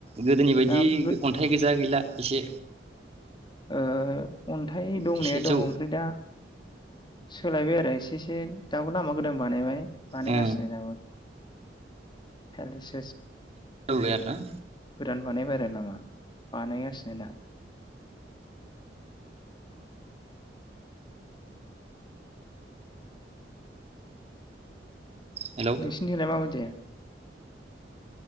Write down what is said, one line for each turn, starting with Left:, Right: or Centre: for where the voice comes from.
Right: गोदोनि बायदि
Left: दा गो
Right: अन्थाइ गोजा गैला एसे
Left: ओ अन्थाइ दंनाया
Right: एसे जौ
Left: दङ ओमफ्राय दा। सोलायबाय आरो एसे एसे दाबो लामा गोदान बानायबाय बानाय
Right: ओ
Left: गासिनो दाबो। <unintelligible>
Right: आरो ना
Left: गोदान बानायबाय आरो नामा बानायगासिनो दा?
Right: हेलौ
Left: नोंसिनि थिंलाय माबाय दे